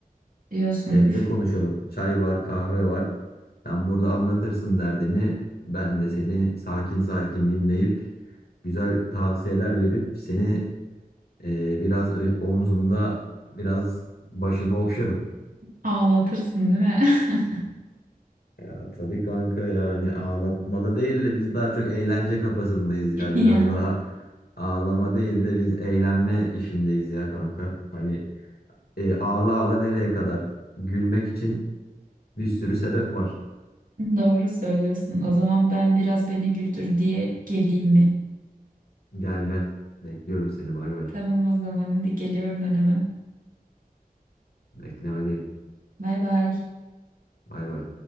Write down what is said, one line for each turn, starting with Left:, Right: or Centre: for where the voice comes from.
Right: diyorsun.
Left: Evde konuşalım. Çay var, kahve var. Sen burada anlatırsın derdini. Ben de seni sakin sakin dinleyip güzel tavsiyeler verip seni Ee, biraz ö- omzumda biraz başını okşarım.
Right: <laughs> Ağlatırsın değil mi? <laughs>
Left: Ya tabii kanka yani ağlatmalı değil de biz daha çok eğlence kafasındayız ya.
Right: Ya
Left: Biraz daha ağlama değil de biz eğlenme işindeyiz ya kanka. Hani e, ağla ağla nereye kadar? Gülmek için bir sürü sebep var.
Right: doğru söylüyorsun. O zaman ben biraz beni güldür diye geleyim mi?
Left: Gel gel. Bekliyorum seni bay bay.
Right: Tamam o zaman hadi geliyorum ben hemen.
Left: Beklemedeyim.
Right: Bay bay.
Left: Bay bay.